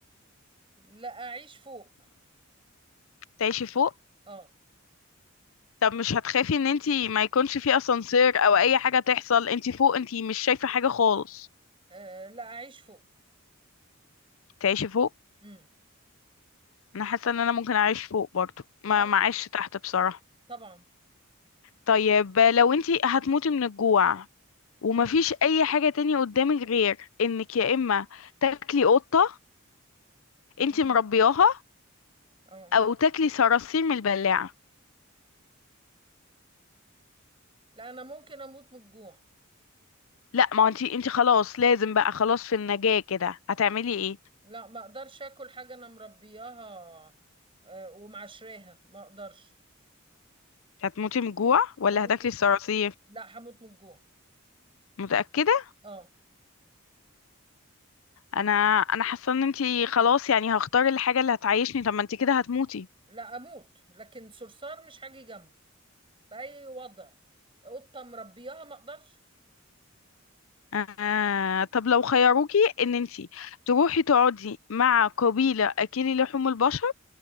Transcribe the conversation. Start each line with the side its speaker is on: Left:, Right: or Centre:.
Right: لا اعيش فوق
Left: تعيشي فوق
Right: اه
Left: طب مش هتخافي ان انتي ما يكونش في اسانسير او اي حاجة تحصل انتي فوق انتي مش شايفة حاجة خالص
Right: آه، لا اعيش فوق
Left: تعيشي فوق
Right: امم
Left: انا حاسه ان انا ممكن اعيش فوق برضو ما
Right: اه
Left: ما اعيش تحت بصراحه
Right: طبعا
Left: طيب لو انتي هتموتي من الجوع ومفيش
Right: امم
Left: اي حاجه تانية قدامك غير انك يا اما تاكلي قطه انتي
Right: امم
Left: مربياها
Right: اه
Left: او تاكلي صراصير من البلاعه
Right: لا انا ممكن اموت من الجوع
Left: لا ما هو انتي انتي خلاص لازم بقى خلاص في النجاه كده هتعملي ايه
Right: لا ما اقدرش اكل حاجه انا مربياها آه، ومعشراها ما اقدرش
Left: هتموتي من الجوع ولا
Right: اموت
Left: هتاكلي الصراصير
Right: لا هموت من الجوع
Left: متأكدة
Right: اه
Left: انا انا حاسة ان انتي خلاص يعني هختار الحاجة اللي هتعيشني طب ما انتي كده هتموتي
Right: لا اموت لكن صرصار مش هاجي جنبه باي وضع قطه مربياها ما اقدرش
Left: آه طب لو خيروكي ان انتي تروحي تقعدي مع قبيلة اكلي لحوم البشر